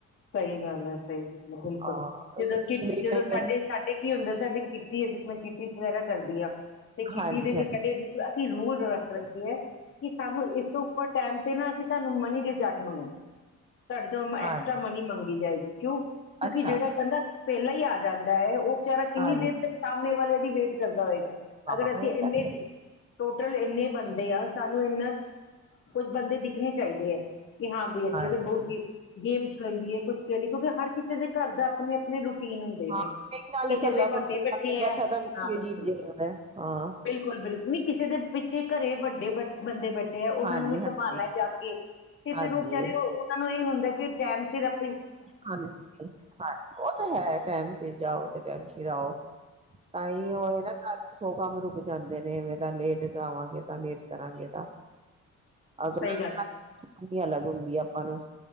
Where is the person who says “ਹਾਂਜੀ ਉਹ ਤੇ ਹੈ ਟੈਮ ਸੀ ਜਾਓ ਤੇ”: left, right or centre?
Right